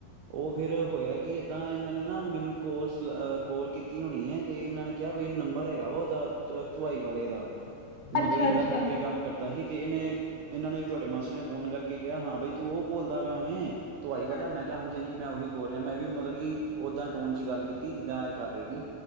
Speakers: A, on the right; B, on the left.
A: ਉਹ ਫੇਰ ਹੋਇਆ ਕਿ, ਏਦਾਂ ਇਹਨਾਂ ਨੇ ਨਾ ਮੈਨੂੰ ਕੋਲ ਜ਼ ਅ ਕੋਲ ਕੀਤੀ ਹੋਣੀ ਐ। ਤੇ ਇਹਨਾਂ ਨੇ ਕਿਆ ਵੀ ਨੰਬਰ ਹੈਗਾ ਵਾ ਓਦਾ ਧੁਅ ਧੁਆਈ ਵਾਲੇ ਦਾ। ਮਤਲਬ
B: ਅੱਛਾ
A: ਕਿ ਜਿਹੜਾ
B: ਅੱਛਾ
A: ਫੈਕਟਰੀ ਕੰਮ ਕਰਦਾ ਹੀ। ਤੇ ਇਨੇ, ਏਨਾਂ ਨੇ ਵੀ ਤੁਆਡੇ ਮਾਸੜ ਨੇ ਫੋਨ ਕਰਕੇ ਕਿਆ, ਹਾਂ ਬਈ, ਤੂੰ ਓਹ ਬੋਲਦਾ ਪਿਆ ਵੇਂ। ਧੁਵਾਈ ਵਾਲਾ,
B: ਹਾਂ
A: ਮੈਂ ਕਿਹਾ ਹਾਂਜੀ ਹਾਂਜੀ ਕਿ ਮੈਂ ਉਹੀ ਬੋਲ ਰਿਆਂ, ਮੈਂ ਵੀ ਮਤਲਬ ਕਿ ਓਦਾਂ ਟੋਨ ਚ ਚ ਗੱਲ ਕੀਤੀ, ਜਿੱਦਾਂ ਏਹ ਕਰ ਰੇ ਹੀ।